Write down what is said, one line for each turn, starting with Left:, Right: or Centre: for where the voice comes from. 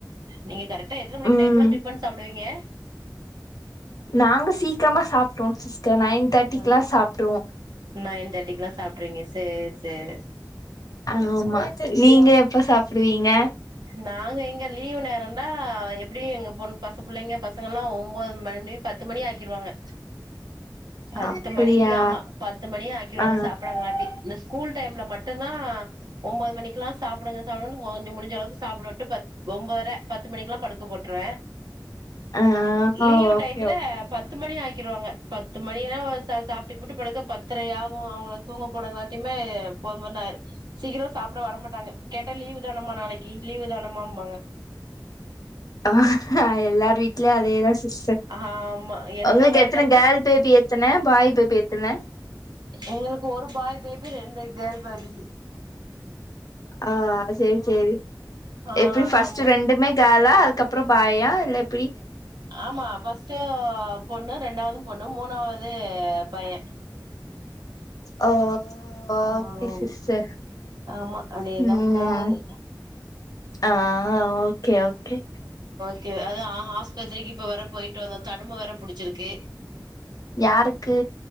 Right: நீங்க கரெக்டா எத்தன மணிக்கி
Left: ம்
Right: நைட்லா டிஃபன் சாப்டுவீங்க எ
Left: நாங்க சீக்கிரமா சாப்ட்ருவோ சிஸ்டர் நைன் தேட்டிக்குல்லா
Right: ஆ
Left: சாப்ட்ருவோ
Right: நைன் தேர்ட்டிக்குலா சாப்ட்ருவீங்க சேர் சேரி
Left: ஆமா நீங்க எப்ப சாப்டுவீங்க
Right: நாங்க எங்க லீவு நேரெல்லா எப்படியும் எங்க பொண் பசு புள்ளைங்க பசங்கல்லா ஒம்பது மண் ணி பத்து மணி ஆக்கிருவாங்க பத்து
Left: அப்படியா
Right: மணிக்கு ஆமா பத்து மணி ஆக்கிருவாங்க
Left: ஆ
Right: சாப்டுறங்காட்டி இந்த ஸ்கூல் டைம்ல மட்டும் தா ஒம்பது மணிக்குலா சாப்புடுங்க சாப்டுங்க <unintelligible> முடுஞ்ச அளவுக் சாப்டவிட்டு பத் ஒம்பதர பத்து மணிக்குலா படுக்க போட்ருவே
Left: ஆ
Right: லீவு
Left: ஓகே
Right: டயத்துல
Left: ஓகே
Right: பத்து மணி ஆ க்கிருவாங்க பத்து மணினா ச சாப்ட்டுகீப்ட்டு படுக்க பத்தரையாவு அவுங்ள தூங்கபோடங்குலாற டிமே போதுபோதுன் ஆயிரு சீக்கிர சாப்ட வர மாட்டாங்க கேட்டா லீவு தானம்மா நாளைக் கி லீவு தானமாம்பாங்க
Left: ஆ எல்லார் வீட்லயு அதேதா சிஸ்டர்
Right: ஆமா எழுப்புங்களா
Left: உங்களுக்கு எத்தன
Right: அதே மாரி
Left: கேர்ள் பேபி எத்தன பாய் பேபி எத்தன
Right: எங்களுக்கு ஒரு பாய் பேபி ரெண்டு கேர்ள் பேபி
Left: ஆ சேரி சேரி
Right: ஆ
Left: எப்பி ஃபஸ்ட்டு
Right: ஆமா
Left: ரெண்டுமே கேர்ளா அதுக்கப்றோ பாயா இல்ல எப்பிடி
Right: ஆமா ஃபஸ்ட்டு பொண்ணு ரெண்டாவுது பொண்ணு மூணாவுது பைய
Left: ஓ ஓகே
Right: ஆம்
Left: சிஸ்டர்
Right: ஆமா அப்டியேதா
Left: ம்
Right: போகுது
Left: ஆ ஓகே ஓகே
Right: க்கு அதா ஆ ஆஸ்பத்திரிக்கி ப்ப வேற போய்ட்டு வந்தோ தடும வேற புடுச்சிருக்கு
Left: யாருக்கு